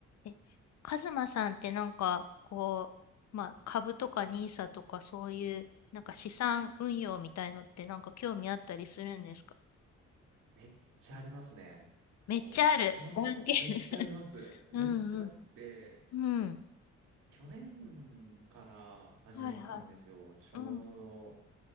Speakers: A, on the left (about 60°); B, on the right (about 85°).
A: え、カズマさんってなんか、こう、まあ、株とか NISA とかそういう、なんか資産運用みたいのってなんか興味あったりするんですか
B: めっちゃありますね。もう、
A: めっちゃある。
B: 去年、
A: 断言。
B: めっちゃあります。
A: <laughs>
B: めっちゃあって、
A: うんうん。うん。
B: 去年から始めたんですよ。
A: はいは
B: ちょうど、
A: い。うん。